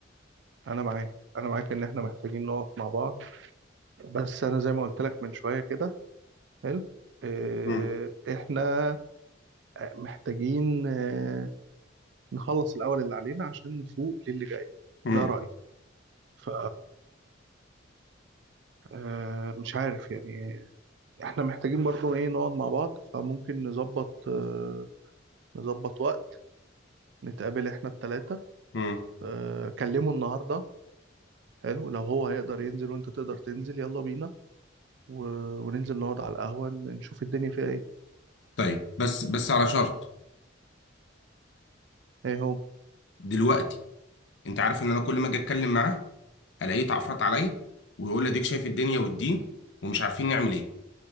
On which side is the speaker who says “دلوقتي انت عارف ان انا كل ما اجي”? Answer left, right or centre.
Left